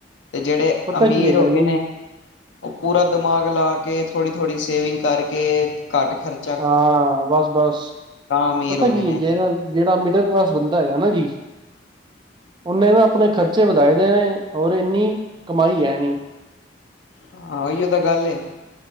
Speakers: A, on the left (about 65°); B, on the right (about 25°).
A: ਤੇ ਜਿਹੜੇ
B: ਪਤਾ
A: ਅਮੀਰ
B: ਕੀ ਹੈਗਾ
A: ਹੋ ਗਏ
B: ਜੀ
A: ਨੇ ਉਹ ਪੂਰਾ ਦਿਮਾਗ ਲਾ ਕੇ ਥੋੜ੍ਹੀ-ਥੋੜ੍ਹੀ ਸੇਵਿੰਗ ਕਰਕੇ ਘੱਟ ਖਰਚ
B: ਹਾਂ, ਬਸ-ਬਸ
A: ਅਮੀਰ
B: ਪਤਾ
A: ਹੋ
B: ਕੀ
A: ਗਏ ਨੇ
B: ਹੈ, ' ਜਿਹੜਾ ਜਿਹੜਾ ਮਿਡਲ ਕਲਾਸ ਬੰਦਾ ਹੈ ਨਾ ਜੀ'। ਓਨੇ ਤਾਂ ਆਪਣੇ ਖਰਚੇ ਵਧਾਏ ਦੇ ਨੇ ਔਰ ਇੰਨੀ ਕਮਾਈ ਹੈ ਨੀ।
A: ਹਾਂ ਓਹੀਓ ਤਾਂ ਗੱਲ ਏ।